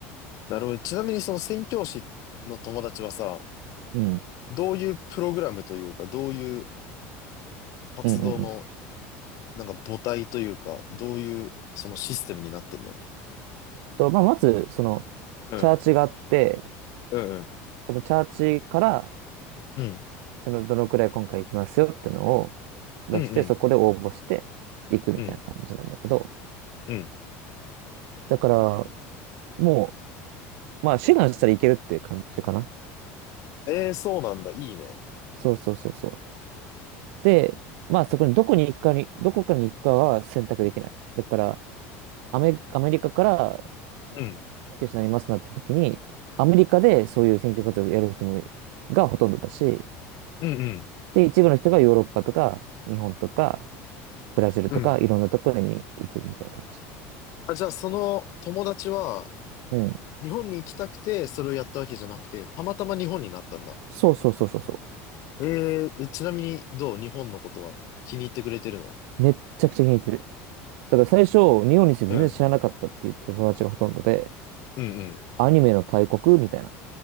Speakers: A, on the left (about 50°); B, on the right (about 75°).
A: なるほど。ちなみにその宣教師の友達はさ、
B: うん。
A: どういうプログラムというか、どういう活動の、
B: うんうんうん
A: なんか母体というか、どういうそのシステムになってんの
B: と、まあ、まず、その、
A: うん。
B: チャーチがあって、
A: うんうん。
B: そのチャーチから、
A: うん。
B: その、どのくらい今回行きますよってのを出して、
A: うんうん。
B: そこで応募して行くみたいな感じなんだけど、
A: うん。うん。
B: だから、もう、まあ、志願したらいけるっていう感じかな。
A: ええ、そうなんだ。いいね。
B: そうそうそうそう。で、まあ、そこにどこに行くかに、どこからに行くかは選択できない。だから、アメ、アメリカから
A: うん。
B: 選挙手になりますなった時に、アメリカでそういう選挙活動をやる人も、がほとんどだし、
A: うんうん。
B: で、一部の人がヨーロッパとか、日本とか、ブラジルとか、
A: うん。
B: いろんなところに行くみたいな感じ。
A: あ、じゃあその友達は、
B: うん。
A: 日本に行きたくて、それをやったわけじゃなくて、たまたま日本になったんだ。
B: そうそうそうそうそ
A: ええ、えちなみにどう日本のことは気に入ってくれてるの
B: う。めっちゃくちゃ気に入ってる。だから最初、日本について全然知らなかったっていう友達がほとんどで、
A: うん。うんうん。
B: アニメの大国みたいな